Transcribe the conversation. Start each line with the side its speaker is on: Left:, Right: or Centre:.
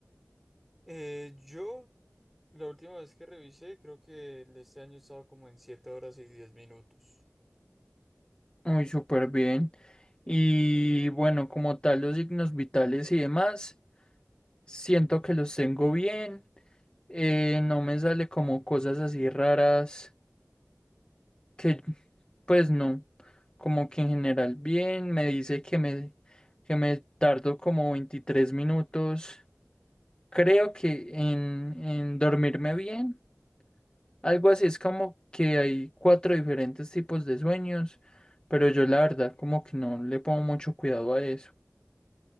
Centre: Eh, yo La última vez que revisé, creo que el- este año estaba como en 7 horas y diez minutos.
Left: Muy súper bien. Y bueno, como tal, los signos vitales y demás, siento que los tengo bien. Eh, no me sale como cosas así raras que, pues no, como que en general bien. Me dice que me, que me tardo como 23 minutos. Creo que en, en dormirme bien. Algo así es como que hay cuatro diferentes tipos de sueños, pero yo la verdad como que no le pongo mucho cuidado a eso.